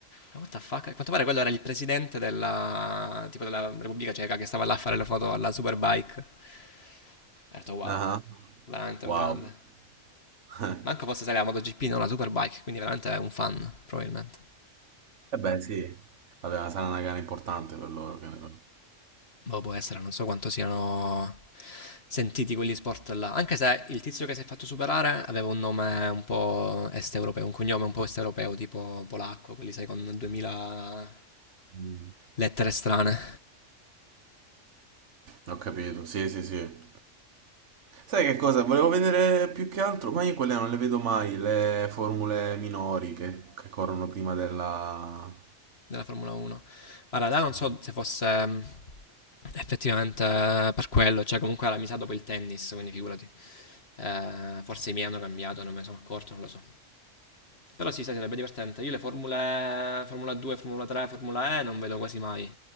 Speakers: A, on the left; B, on the right.
A: Ma What the fuck? A quanto pare quello era il presidente della, tipo della Repubblica Ceca che stava là a fare le foto alla Superbike. E ho detto wow
B: Ah,
A: veramente
B: Wow.
A: un grande.
B: <laughs>
A: Manco fosse stare la MotoGP, non la Superbike, quindi veramente è un fan, probabilmente.
B: Eh beh sì, vabbè, ma sarà una gara importante per loro, che ne so.
A: Boh, può essere, non so quanto siano sentiti quegli sport là. Anche se il tizio che si è fatto superare aveva un nome un po' est europeo, un cognome un po' est europeo, tipo polacco, quelli sai con 2000
B: Mm.
A: lettere strane
B: Ho capito, sì, sì, sì. Sai che cosa? Volevo vedere più che altro, ma io quelle non le vedo mai, le formule minori che, che corrono prima della...
A: della Formula 1. Guarda, là
B: Sì,
A: non so se fosse mm, effettivamente per quello, cioè comunque era misato dopo il tennis, quindi figurati. Eh, forse i miei hanno cambiato, non me ne sono accorto, non lo so. Però sì, sai, sarebbe divertente. Io le formule Formula 2, Formula 3, Formula E non vedo quasi mai.